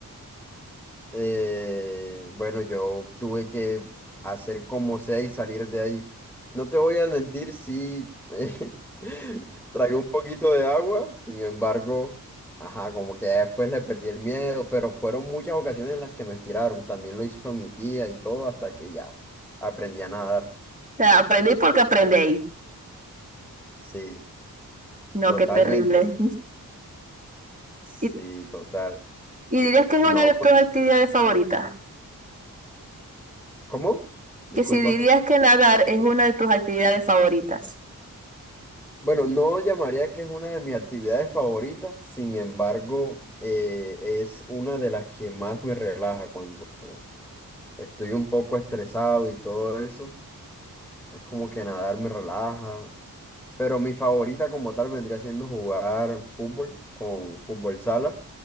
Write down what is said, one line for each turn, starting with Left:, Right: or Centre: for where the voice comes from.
Centre: eh, bueno, yo tuve que hacer como sea y salir de ahí. No te voy a mentir, sí, <laughs> eh, tragué un poquito de agua, sin embargo, ajá, como que ya después le perdí el miedo, pero fueron muchas ocasiones en las que me estiraron. También lo hizo mi tía y todo, hasta que ya aprendí a nadar.
Right: O sea, aprendí porque aprendéis.
Centre: Sí,
Right: No,
Centre: totalmente.
Right: qué terrible.
Centre: Sí,
Right: <laughs> ¿Y,
Centre: total.
Right: y dirías que es
Centre: No,
Right: una de tus
Centre: pues,
Right: actividades favoritas?
Centre: ¿cómo? Disculpa.
Right: Que si dirías que nadar es una de tus actividades favoritas.
Centre: Bueno, no llamaría que es una de mis actividades favoritas, sin embargo, eh, es una de las que más me relaja cuando estoy un poco estresado y todo eso. Es como que nadar me relaja, pero mi favorita como tal vendría siendo jugar fútbol con fútbol sala,